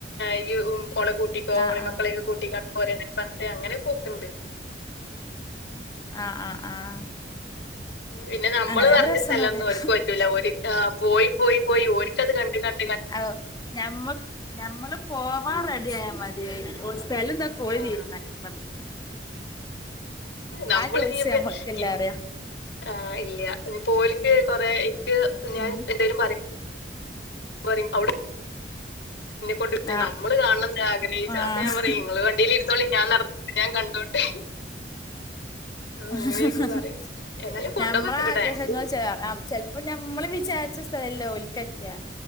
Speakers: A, on the left; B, on the left.
A: ഇയ്യ് ഓളെ കൂട്ടിക്കോ
B: ആഹ്
A: ഒളേം
B: ആഹ്
A: മക്കളെയും കൂട്ടിക്കാട്ട് പോരെന്നൊക്കെ പറഞ്ഞിട്ട് അങ്ങനെ പോക്കുണ്ട്
B: ആഹ് ആഹ് ആഹ്
A: പിന്നെ നമ്മള്
B: അങ്ങനെ
A: പറഞ്ഞ
B: ആവുമ്പോ രസാന്നറിയാ
A: സ്ഥലൊന്നും ഓര്ക്ക് പറ്റൂല ഓര് ആഹ് പോയി പോയി പോയി ഓരിക്കത് കണ്ട് കൺ
B: അ ഞമ്മ ഞമ്മള് പോവാൻ റെഡി ആയാ മതിയേ ഓ സ്ഥലെന്താ പോയി
A: ആഹ്
B: തീരുമാനിക്കണത്
A: നമ്മള്
B: ആ ചോയ്സ്
A: ഇനിയിപ്പ
B: ഞമ്മക്കില്ലാറിയാ
A: ആഹ് ഇല്ല്യാ ഇനി പോ ഓല്ക്ക് കൊറേ ഇൻക്ക് ഞാൻ
B: ഉം
A: എന്തേലും പറയ് പറയും അവിടെ എന്നെ കൊണ്ട്
B: ആഹ്
A: നമ്മള് കാണം ആഗ്രഹിച്ച
B: ആഹ്
A: അപ്പൊ ഞാൻ പറയും നിങ്ങള് വണ്ടിൽ ഇരുന്നോളി ഞാൻ നട ഞാൻ കണ്ടോണ്ട്. ആ
B: അഹ്
A: അങ്ങനെയൊക്കെ
B: ഹ്
A: പറയും
B: ഹ്
A: എന്നാലും കൊണ്ടോന്നൊക്കെണ്ട്ട്ടാ
B: നമ്മളെ ആഗ്രഹങ്ങൾ
A: ഞങ്ങള്
B: ച്ചെ ചെല് അപ്പോ ഞമ്മള് വിചാരിച്ച സ്ഥലല്ല ഓൽക്കറ്റ്